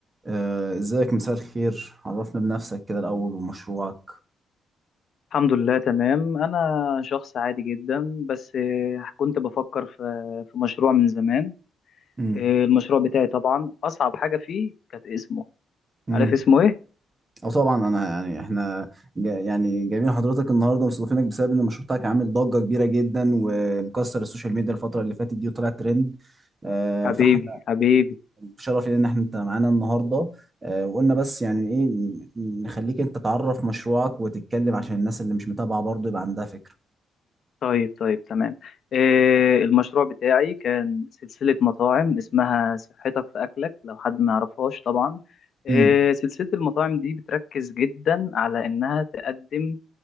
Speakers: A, on the right (about 20°); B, on the left (about 50°).
A: آه، ازيك مساء الخير عرفنا بنفسك كده الاول ومشروعك
B: الحمد لله تمام أنا شخص عادي جدا بس آه، كنت بفكر في في مشروع من زمان
A: امم
B: آه، المشروع بتاعي طبعا أصعب حاجة فيه كانت اسمه
A: امم
B: عارف اسمه إيه؟
A: او طبعا انا يعني احنا جا يعني جايبين حضرتك النهارده مستضيفينك بسبب ان المشروع بتاعك عامل ضجه كبيره جدا ومكسر السوشيال ميديا الفتره اللي فاتت دي وطلع ترند آه،
B: حبيبي
A: فاحنا
B: حبيبي
A: بشرف لينا ان احنا انت معانا النهارده آه، وقلنا بس يعني ايه نخليك انت تعرف مشروعك وتتكلم عشان الناس اللي مش متابعه برضه يبقى عندها فكره
B: طيب طيب تمام آه، المشروع بتاعي كان سلسلة مطاعم اسمها صحتك في أكلك لو حد ما يعرفهاش طبعا آه،
A: امم
B: سلسلة المطاعم دي بتركز جدا على إنها تقدم